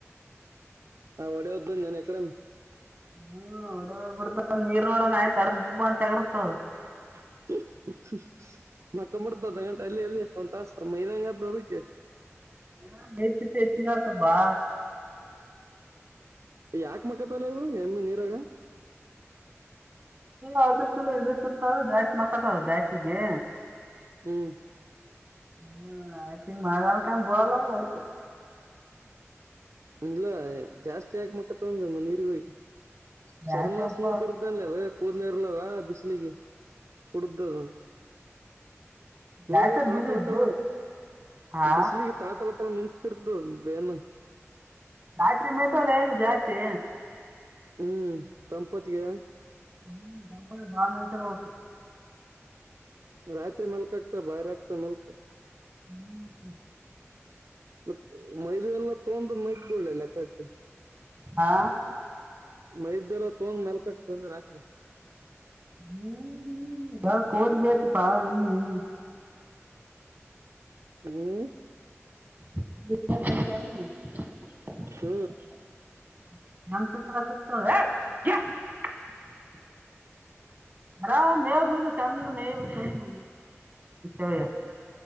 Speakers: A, on the right; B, on the right.
A: ಹ ಒಡೆ ಹದ್ ನಾನನ್ ಎಕಡೆೇ
B: ಹ್ಮ್ ಒಡೆ ಬಿಡತ ನೀರ್ ನೋಡೋಣ ಆಯ್ತ ತಡ ಅಂತಗರ್ತ
A: <unintelligible> ಮಕೊಂಬ ಬಿಡತದ ಅರ್ದ ಗಂಟೆ ಅಲ್ಲೇ ಅಲ್ಲೇ ಒಂದ್ ತಾಸ ಮೈದಂಗ ಹಾಗತದ ಅದಕ್ಕೆ
B: ಹ ಹೆಚ್ಚಿ ತೇಚಿಗಾತದ ಬಾ
A: ಯಾಕ ಮಕಥಾವ್ಲೆ ಅವು ಎಮ್ಮಿ ನೀರಾಗ
B: ಅದಕ್ಕ ಇದಕ್ಕ ಇತ್ತದ ಜಾಸ್ತಿ ಮಕ್ಕತ್ತದ ಬ್ಯಾಸಿಗಿ
A: ಹ್ಮ್
B: ಹ ಆಯ್ತ ಹಿಂಗ್ ಮಳಿಗಾಲಕಂಗ ಬುಳಲ್ಲವು ಆಯ್ತ್
A: ಇಲ್ಲಾ ಜಾಸ್ತಿ ಯಾಕ್ ಮಕ್ಕತವಂದೆ ನೀರಿಗ್ ಹೋಗಿ
B: ದ್ರಾಕ್ಷಪ್ಪ
A: ಚರ್ಮ ಸ್ಮೂತ್ ಇರ್ತದಲೆ ಅದ್ ಕೂದಲ ಇರಲ್ಲಲ ಬಿಸಿಲಿಗಿ ಸುಡ್ದತದು ನೋಡಿದ್ರೆ
B: ದ್ರಾಕ್ಷ
A: ತಳತಳ
B: ಬಿಸಿದು
A: ತಳ
B: ಹಾ
A: ಬಿಸ್ಲಿಗಿ ತಳತಳ ತಳ ಮಿಂಚರ್ತಿತದ್ ಅದ್ ಬೆನ್ನ್
B: ರಾತ್ರಿ ಮೇತವಲ್ಲೆ ಜಾಸ್ತಿ
A: ಹ್ಮ್ ತಂಪೂತಿಗ್ಯಾ
B: ಹ್ಮ್ ತಂಪೊತಿಗ್ ಬಾಳ ಮೇಯತ <unintelligible>
A: ರಾತ್ರಿ ಮಲ್ಕಕತೊ ಬಾರಿ ಆಗ್ತದ ಮಲ್ಕೊ
B: <inaudible>
A: ಮತ್ ಮೈದುವ ಎಲ್ಲ ತೊಂದ್ ಮೈತಿದವ ನೋಡ್ ಲೆಕ್ಕಾಕ
B: ಹಾ
A: ಮೈದದ್ದೆಲ್ಲ ತೋಂದ್ ಮೆಲ್ಕಾಗ್ತದಂದೇ ರಾತ್ರಿ
B: ಹ್ಮ್ ಹ್ಮ ಕೋಡ್ ಬೇಕ್ ಪಾ ಹ್ಮ್ ಹ್ಮ್
A: ಹ್ಮ್
B: <inaudible>
A: ಹ್ಮ
B: <inaudible> ಅರಾಮ ಮೇವು ಬೆಳದದ್ ಚಂದ ಮೇಯ ಬೇಕಿಲ್ಲ <inaudible>